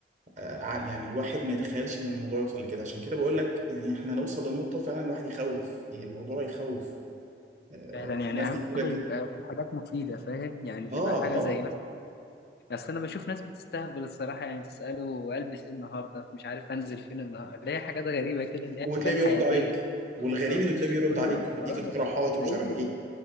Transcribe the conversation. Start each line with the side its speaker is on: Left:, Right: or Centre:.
Right: آه، ع- يعني الواحد ما يتخيلش ان الموضوع يوصل لكده عشان كده بقول لك إن احنا نوصل لنقطة فعلا الواحد يخوف الموضوع يخوف آه،
Left: فعلا يعني
Right: في ناس كتيرة
Left: اهم حاجه
Right: جدا
Left: يبقى حاجات مفيده فاهم يعني تبقى
Right: اه
Left: حاجه
Right: اه
Left: زي اصل انا بشوف ناس بتستهبل الصراحه يعني تساله البس ايه النهارده مش عارف هنزل فين النهارده اللي هي حاجات غريبه كده اللي هي
Right: وتلاقيه
Left: حاجات
Right: بيرد
Left: حياتيه
Right: عليك والغريب
Left: اه
Right: انه تلاقيه بيرد
Left: ويرد
Right: عليك وبيديك
Left: اه
Right: اقتراحات
Left: بتلاقيه
Right: ومش عارف
Left: بيرد
Right: ايه